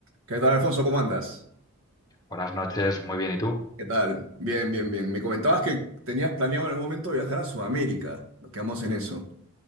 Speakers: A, on the right; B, on the left.
A: ¿Qué tal, Alfonso? ¿Cómo andas?
B: Buenas noches, muy bien, ¿y tú?
A: ¿Qué tal? Bien, bien, bien. Me comentabas que tenías planeado en algún momento viajar a Sudamérica. Nos quedamos en eso.